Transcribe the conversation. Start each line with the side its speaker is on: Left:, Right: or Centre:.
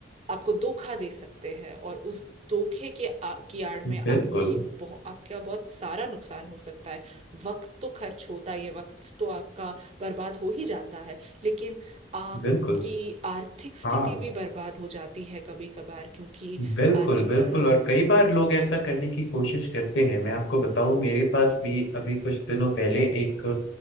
Right: आपको धोखा दे सकते हैं और उस धोखे के आ, की आड़
Left: हम्म,
Right: में आपकी
Left: बिल्कुल
Right: बहु, आपका बहुत सारा नुकसान हो सकता है वक्त तो खर्च होता ही है वक्त तो आपका बर्बाद हो ही जाता है लेकिन आपकी
Left: बिल्कुल
Right: आर्थिक स्थिति
Left: हाँ
Right: भी बर्बाद हो जाती है कभी कभार क्योंकि
Left: बिल्कुल
Right: आजकल
Left: बिल्कुल और कई बार लोग ऐसा करने की कोशिश करते हैं मैं आपको बताऊं मेरे पास भी अभी कुछ दिनों पहले एक